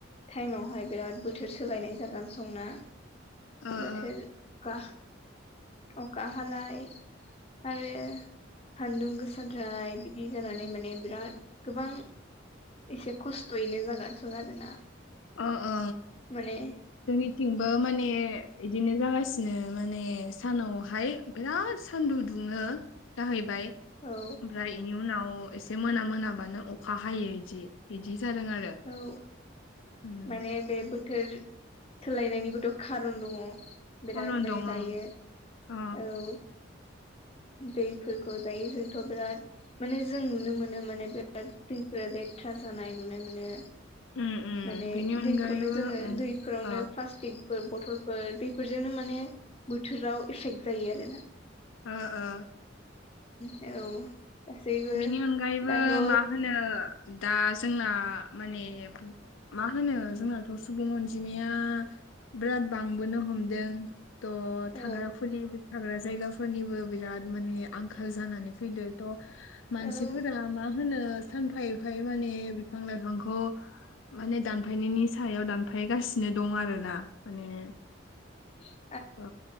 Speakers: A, on the left; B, on the left.
A: टाइमावहाय बिराद बोथोर सोलायनाय जागोन संना
B: ओ
A: बोथोर
B: ओ
A: अखा अखा हालाय आरो सान्दुं गोसाद्राय बिदि जानानै माने बिराद गोबां एसे खस्थ'यैनो जागोनसं आरोना
B: ओ ओ
A: माने
B: जोंनिथिंबो माने बिदिनो जागासिनो माने सानावहाय बिराद सानदुं दुङो जाहैबाय
A: औ
B: ओमफ्राय बेनि उनाव एसे मोना मोनाबानो अखा हायो इदि इदि जादों आरो
A: औ
B: उम
A: माने बे बोथोर सोलायनायनिबोथ' खारन दङ बिराद
B: खारन
A: माने
B: दं
A: दायो
B: ओं अ
A: औ दैफोरखौ जायो जोंथ' बिराद माने जों नुनो मोनो माने बिराद दैफोरा लेथ्रा जानाय नुनो मोनो
B: उम उम
A: माने
B: बेनि अनगायैबो
A: दैखौनो जोङो
B: उम
A: दैफोरावनो
B: ओ
A: प्लास्टिक बथलफोर बेफोरजोंनो माने बोथोराव एफेक्ट जायो आरोना
B: औ औ
A: औ गासैबो
B: बेनि अनगायैबो
A: दाथ' औ
B: मा होनो दा जोंना माने मा होनो जोंनाथ' सुबुं अनजिमाया बिराद बांबोनो हमदों थ' थांग्रा
A: औ
B: खुलि थाग्रा जायगाफोरनिबो बिराद माने आंखाल जानानै फैदो थ' मानसिफोरा
A: औ
B: मा होनो सानफा एफायै माने बिफां लाइफांखौ माने दानफायनायनि सायाव दानफाय गासिनो दं आरो ना माने
A: औ।
B: ओ